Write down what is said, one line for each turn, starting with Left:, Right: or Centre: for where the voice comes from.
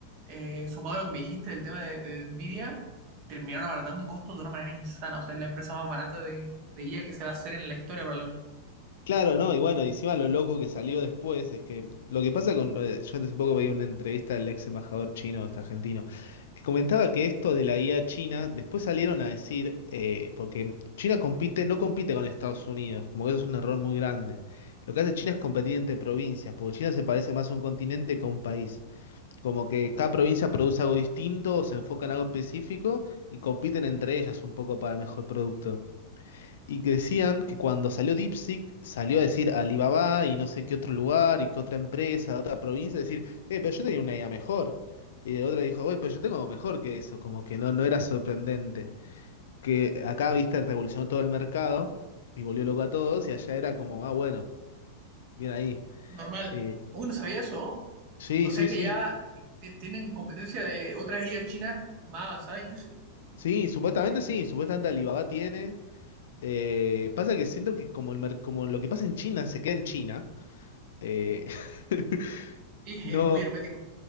Right: eh, sumado a lo que me dijiste del tema de, de Nvidia, terminaron abaratando costos de una manera insana. O sea, es la empresa más barata de, de IA que se va a hacer en la historia probablemente.
Left: Claro, no, y bueno, y encima lo loco que salió después es que lo que pasa con. eh, Yo hace poco veía una entrevista del ex embajador chino, este argentino, que comentaba que esto de la IA china, después salieron a decir, eh, porque China compite, no compite con Estados Unidos, como que eso es un error muy grande. Lo que hace China es competir entre provincias, porque China se parece más a un continente que a un país. Como que cada provincia produce algo distinto, o se enfoca en algo específico y compiten entre ellas un poco para el mejor producto. Y que decían que cuando salió DeepSeek, salió a decir a Alibaba y no sé qué otro lugar y qué otra empresa, otra provincia, decir, eh, pero yo tenía una idea mejor. Y otra dijo, güey, pero yo tengo algo mejor que eso, como que no, no era sorprendente. Que acá, viste, revolucionó todo el mercado y volvió loco a todos y allá era como, ah, bueno, bien ahí.
Right: Normal.
Left: Eh,
Right: Uy, no sabía eso. ¿no?
Left: sí,
Right: O
Left: sí,
Right: sea
Left: sí.
Right: que ya eh, ti- tienen competencia de otras IA chinas más avanzadas incluso.
Left: Sí, supuestamente
Right: Que-
Left: sí, supuestamente Alibaba tiene. Eh, pasa que siento que como, el mer- como lo que pasa en China se queda en China. eh, <laughs>
Right: Sí, <laughs>
Left: no,
Right: es muy hermético.